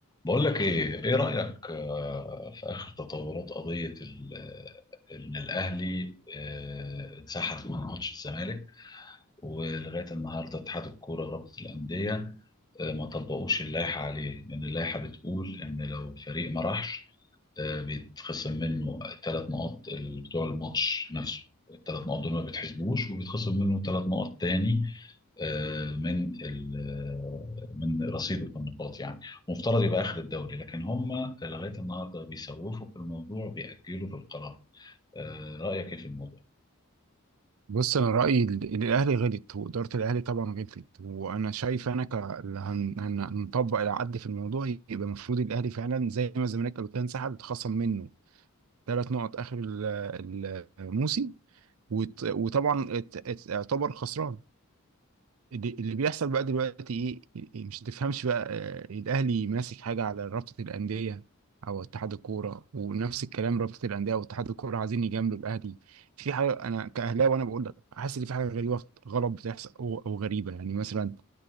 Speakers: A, on the left; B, on the right.
A: بقول لك ايه ايه رأيك آه، في اخر تطورات قضية ال- آه، ان الاهلي آه، انسحب من ماتش الزمالك ولغايه النهارده اتحاد الكوره ورابطه الانديه آه، ما طبقوش اللائحه عليه لان اللائحه بتقول ان لو فريق ما راحش آه، بيتخصم منه ثلاث نقاط ال- بتوع الماتش نفسه الثلاث نقاط دول ما بيتحسبوش وبيتخصم منه ثلاث نقط تاني آه، من ال- آه، من رصيد النقاط يعني ومفترض يبقى اخر الدوري لكن هم لغايه النهارده بيسوفوا في الموضوع بيأجلوا في القرار آه، رأيك ايه في الموضوع؟
B: بص انا رايي ال- إن الاهلي غلط واداره الاهلي طبعا غلطت وانا شايف انا ك اللي هن... هن... هنطبق العد في الموضوع يبقى المفروض الاهلي فعلا زي ما الزمالك قبل كده انسحب اتخصم منه ثلاث نقط اخر ال- الموسم وت... وطبعا ات... ات... اعتبر خسران دي- اللي بيحصل بقى دلوقتي ايه إيه- مش تفهمش بقى آه، إيه، الاهلي ماسك حاجه على رابطه الانديه او اتحاد الكوره ونفس الكلام رابطه الانديه واتحاد الكوره عايزين يجاملوا الاهلي في حاجه انا كاهلاوي وانا بقول لك حاسس ان في حاجه غريبه غلط بتحصل او أو غريبه يعني مثلا